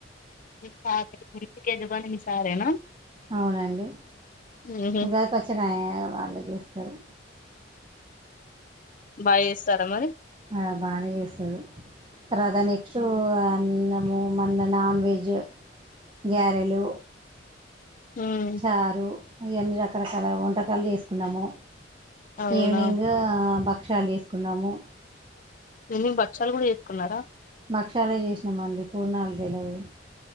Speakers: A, on the left; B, on the right.
A: మీ సార్ మీ ఇంటికి యజమాని మీ సారేనా
B: అవునండి.
A: ఉహు
B: ఉగాది పచ్చడి అయ్ వాళ్ళే చేస్తారు.
A: బాగా చేస్తారా మరి
B: ఆ బానే చేస్తడు తర్వాత నెక్స్ట్ అన్నము మళ్ళ నాన్ వెజ్ గ్యారెలు
A: ఉమ్
B: చారు ఇయ అన్ని రకరకాల వంటకాలు చేసుకున్నాము.
A: అవునా
B: ఈవనింగ్ బక్ క్షాలు చేసుకున్నాము.
A: ఈవినింగ్ బచ్చాలు కూడా చేసుకున్నార
B: భక్షాలే చేసినామండి పూర్ణాలు తెలవు